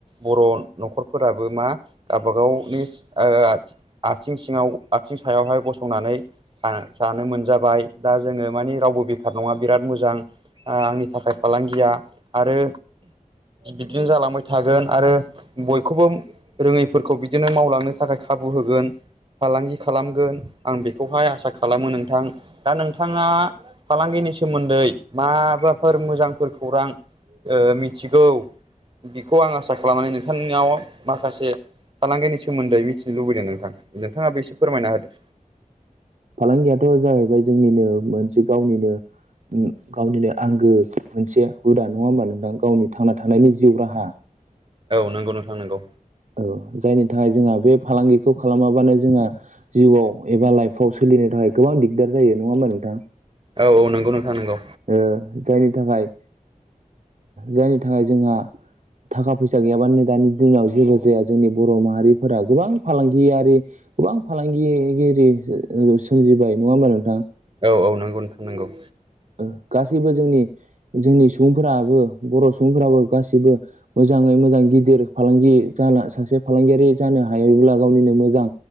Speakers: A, on the right (about 35°); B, on the right (about 55°).
A: बर' न'खरफोराबो मा गावबागावनि ओ आथिं सिङाव आथिं सायावहाय गसंनानै आ जानो मोनजाबाय दा जोङो माने रावबो बेखार नङा। बिराद मोजां आ आंनि थाखाय फालांगिया आरो बिदिनो जालांबाय थागोन आरो बयखौबो रोङैफोरखौ बि बिदिनो मावलांनो थाखाय खाबु होगोन। फालांगि खालामगोन आं बेखौहाय आसा खालामो नोंथां। दा नोंथाङा फालांगिनि सोमोन्दै माबाफोर मोजांफोर खौरां ओ मिथिगौ बेखौ आं आसा खालामनानै नोंथांनियाव माखासे फालांगिनि सोमोन्दै मिथिनो लुबैदों नोंथां नोंथाङाबो एसे फोरमायना होदो
B: फालांगियाथ' जाहैबाय जोंनिनो मोनसे गावनिनो उम गावनिनो आंगो मोनसे हुदा नङा होमबा नोंथां गावनि थांना थानायनि जिउ राहा।
A: औ नोंगौ नोंथां नोंगौ।
B: औ जायनि थाखाय जोंहा बे फालांगिखौ खालामाबानो जोंहा जिउआव एबा लाइफ फाव सोलिनो थाखाय गोबां दिगदार जायो नङा होमबा नोंथां।
A: औ औ नंगौ नोंथां नंगौ।
B: ओ जायनि थाखाय जायनि थाखाय जोंहा थाखा फैसा गैयाबानो दानि दिनाव जेबो जाया जोंनि बर' माहारिफोरा गोबां फालांगियारि गोबां फालांगिगिरि ओ सोमजिबाय नङा होमबा नोंथां।
A: औ औ नंगौ नोंथां नंगौ।
B: ओ गासैबो जोंनि जोंनि सुबुंफोराबो बर' सुबुंफोराबो गासैबो मोजाङै मोजां गिदिर फालांगि जाना सासे फालांगियारि जानो हायोब्ला गावनिनो मोजां।